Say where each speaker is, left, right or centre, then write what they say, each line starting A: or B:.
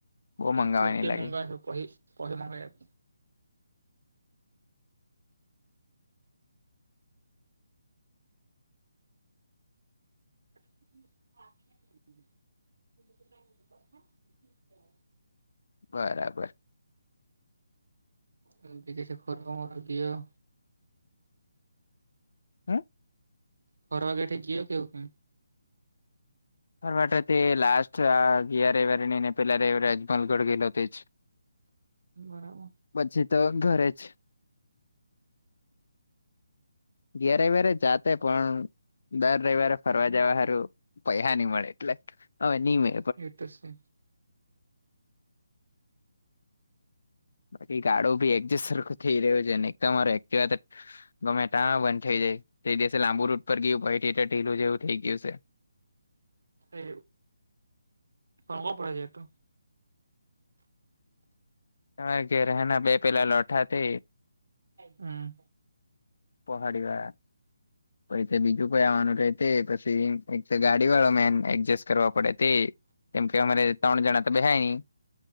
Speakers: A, on the left; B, on the right.
A: બહુ
B: એ
A: મંગાવાની
B: કુર્તી
A: લાગે
B: મંગા પહી પછી મંગાઈ આપ <inaudible>
A: બરાબર
B: એમ કે જેસે ફરવામાં ગયો.
A: હે?
B: ફરવા કઠે ગયું કે એવું કંઈ?
A: ફરવા તો તે લાસ્ટ આ ગિયા રવિવારે નહીં ને પેલા રવિવારે <inaudible> પાલગઢ ગેલો તે જ
B: બરાબો
A: પછી તો ઘરે જ ઘેરે વેરે જાતે પણ દર રવિવારે ફરવા જવા હારું પૈહા નહીં મળે એટલે હવે નહી મે
B: એ તો સે.
A: બાકી ગાડો બી એડજસ્ટ સરખું થઈ રહ્યો છે ને એક તમારે એકટીવા તો ગમે ત્યાં બંધ થઈ જાય. તે દિવસે લાંબુ રૂટ પર ગયું ભઈથી તો ઢીલું જેવું થઇ ગયું સે.
B: એ પણ <unintelligible> છે તો
A: <unintelligible> બે પેલા લોઠા તે
B: હમ્મ
A: પહાડી ગયા પહિ તે બીજું કોઇ આવાનું રે તે પછી એક ગાડી વાળો મેન એક્જેસ કરવા પડે તે કેમ કે અમારે ત્રણ જણા તો બેહાય ની